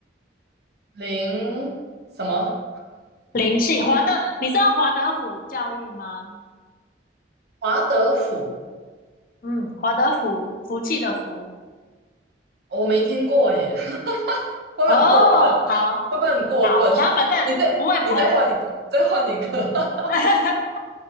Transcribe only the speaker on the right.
灵什么？
华德福，
我没听过耶，<laughs> 会不会很过分？
会不会很过分？
<laughs> 你再你再换一个，再换一个。<laughs>